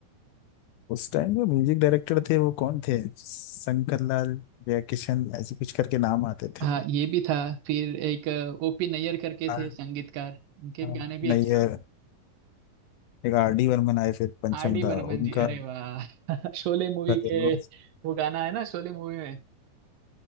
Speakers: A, on the left; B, on the right.
A: उस टाइम जो म्यूजिक डायरेक्टर थे वो कौन थे शंकर लाल जयकिशन ऐसे कुछ करके नाम आते
B: हाँ
A: थे
B: ये भी था फिर एक ओपी नैयर करके
A: आर-
B: थे संगीतकार उनके
A: हाँ,
B: भी गाने भी
A: नैयर
B: अच्छे
A: एक आर डी बर्मन आए फिर पंचम
B: आर डी बर्मन
A: दा उनका
B: जी अरे वाह <laughs> शोले मूवी
A: करेलवा
B: के वो गाना है ना शोले मूवी में